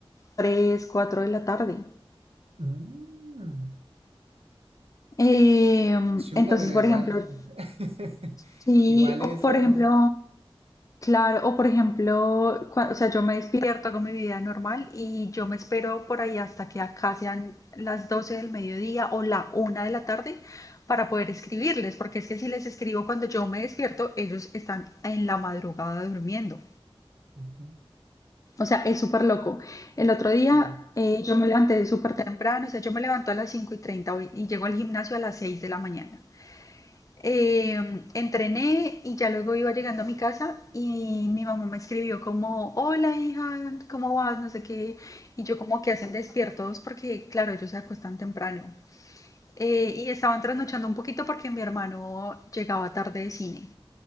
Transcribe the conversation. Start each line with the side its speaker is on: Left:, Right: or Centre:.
Left: 3 4 de la tarde.
Right: Mm.
Left: Eh,
Right: Chuta,
Left: entonces,
Right: pero
Left: por
Right: igual,
Left: ejemplo,
Right: <laughs>
Left: Sí,
Right: igual
Left: o
Right: es
Left: por
Right: hora.
Left: ejemplo, claro, o por ejemplo, cua- o sea, yo me despierto, hago mi vida normal y yo me espero por ahí hasta que acá sean las 12 del mediodía o la una de la tarde para poder escribirles, porque es que si les escribo cuando yo me despierto, ellos están en la madrugada durmiendo.
Right: Ujú,
Left: O sea, es súper loco. El otro
Right: Sí.
Left: día eh, yo me levanté súper temprano, o sea, yo me levanto a las 5 y 30 y llego al gimnasio a las 6 de la mañana. Eh, entrené y ya luego iba llegando a mi casa y mi mamá me escribió como, hola hija, ¿cómo vas? No sé qué. Y yo como que hacen despiertos porque, claro, ellos se acuestan temprano. Eh, y estaban trasnochando un poquito porque mi hermano llegaba tarde de cine.